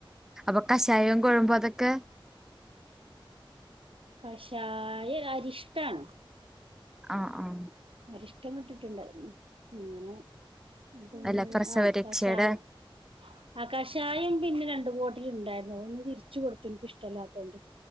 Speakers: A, in the centre; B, on the right.
A: അപ്പൊ കഷായും കൊഴമ്പും അതൊക്കെ.
B: കഷായല്ല അരിഷ്ടാണ്.
A: ആഹ് ആഹ്
B: അരിഷ്ടം കിട്ടിട്ട്ണ്ട് അങ്ങനെ പിന്നെ
A: അല്ല പ്രസവരക്ഷയുടെ
B: ആഹ കഷായം. ആഹ് കഷായം പിന്നെ രണ്ടു ബോട്ടില് ണ്ടായിരുന്നു. ഒന്ന് തിരിച്ചു കൊടുത്തു ഇന്ക്ക് ഇഷ്ടല്ലാതോണ്ട്.